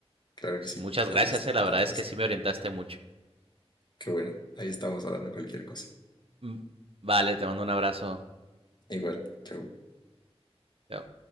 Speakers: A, on the left; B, on the right.
A: claro
B: Pues
A: que sí.
B: muchas gracias,
A: Ahí estaremos
B: eh, la verdad es que sí
A: hablando.
B: me orientaste mucho.
A: Qué bueno. Ahí estamos hablando cualquier cosa.
B: Mm, Vale, te mando un abrazo.
A: Igual, chau.
B: Chao.